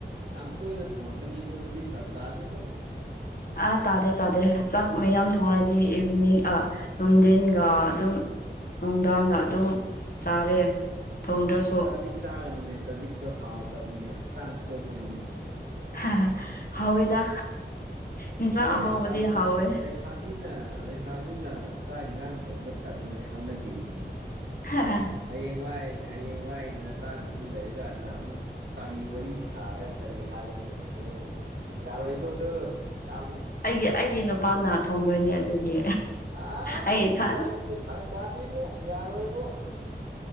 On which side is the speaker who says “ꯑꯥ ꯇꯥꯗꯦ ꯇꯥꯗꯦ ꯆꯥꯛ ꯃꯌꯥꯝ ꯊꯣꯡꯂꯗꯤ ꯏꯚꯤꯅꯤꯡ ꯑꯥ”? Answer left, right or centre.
Left